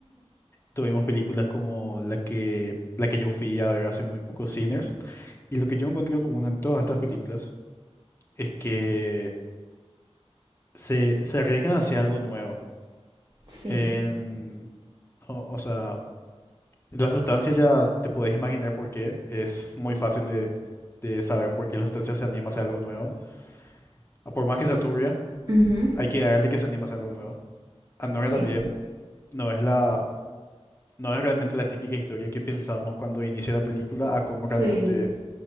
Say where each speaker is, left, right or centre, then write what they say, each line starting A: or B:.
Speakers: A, on the left; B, on the right.
A: Tuvimos películas como la que, la que yo fui a ver hace muy poco, Sinners. Y lo que yo encontré común en todas estas películas es que se, se arriesgan hacia algo nuevo.
B: Sí.
A: En- o, o sea, la sustancia ya te podés imaginar por qué. Es muy fácil de, de saber por qué la sustancia se anima hacia algo nuevo. Ah, Por más que sea turbia,
B: Ujú.
A: hay que darle que se anima hacia algo nuevo. Anora
B: Sí.
A: también no es la, no es realmente la típica historia que pensamos cuando inicia la película a cómo realmente
B: Sí.